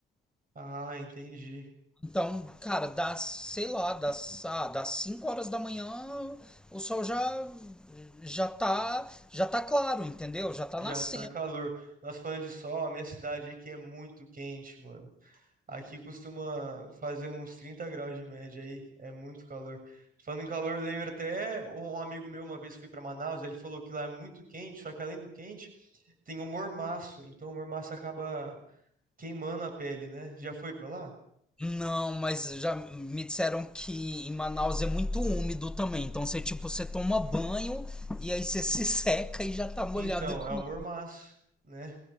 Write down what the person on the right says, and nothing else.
Ah, entendi.
Já
tá calor. Nós falando de sol, a minha cidade aqui é muito quente, mano. Aqui costuma fazer uns 30 graus de média aí, é muito calor. Falando em calor, eu lembro até um um amigo meu uma vez foi para Manaus, ele falou que lá é muito quente, só que além do quente, tem o mormaço, então o mormaço acaba queimando a pele, né? Já foi para lá?
Então,
é o mormaço, né?